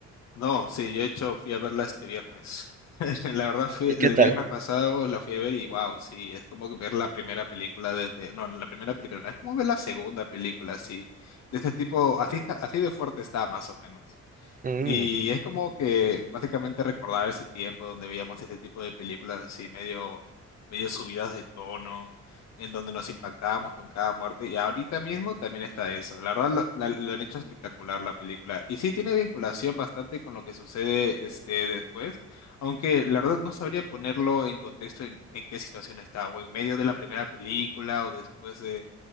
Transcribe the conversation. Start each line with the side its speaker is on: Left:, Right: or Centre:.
Left: No, sí, yo de hecho fui a verla este viernes. <laughs> La verdad fui
Right: ¿Y
Left: el
Right: qué tal?
Left: viernes pasado la fui a ver y wow, sí, es como que ver la primera película desde, no, no, la primera película, no, es como ver la segunda película, sí. De ese tipo, así está- así de fuerte está más o menos.
Right: Mm.
Left: Y es como que básicamente recordar ese tiempo donde veíamos este tipo de películas así medio, medio subidas de tono, en donde nos impactábamos con cada muerte. Y ahorita mismo también está eso. La verdad lo, la- lo han hecho espectacular la película. Y sí tiene vinculación bastante con lo que sucede este después, aunque la verdad no sabría ponerlo en contexto en, en qué situación estaba, o en medio de la primera película, o después de